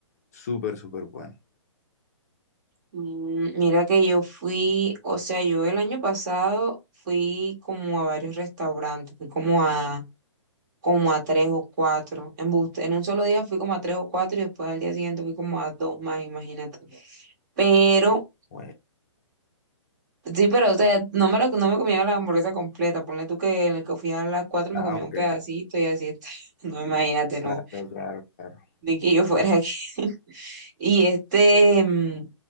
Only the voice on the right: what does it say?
Mm, Mira que yo fui, o sea, yo el año pasado fui como a varios restaurantes, fui como a, como a tres o cuatro. En, en un solo día fui como a tres o cuatro y después al día siguiente fui como a dos más, imagínate. Pero
Sí, pero o sea, no me, lo, no me comía la hamburguesa completa. Ponle tú que en el que fui a las 4 me
comí un
pedacito y así está. <laughs> No, imagínate, no.
Ni que yo fuera aquí. <laughs> Y este, mm,